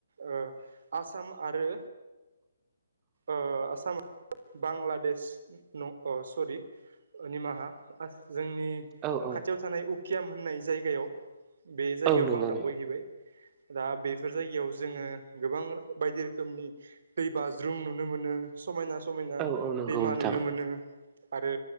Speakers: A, on the right (about 60°); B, on the right (about 20°).
A: ओ आसाम आरो ओ आसाम बांलादेश न अ सरि ओ निमाहा जोंनि
B: औ औ
A: खाथियाव थानाय उकियाम होननाय जायगायाव बे जायगायावबो
B: औ नंगौ
A: आं दावबायहैबाय
B: नंगौ
A: दा बेफोर जायगायाव जोङो गोबां बायदि रोखोमनि दै बाज्रुम नुनो मोनो समायना स समायना
B: औ औ नंगौ
A: दैमा
B: नोंथां
A: नुनो मोनो। आरो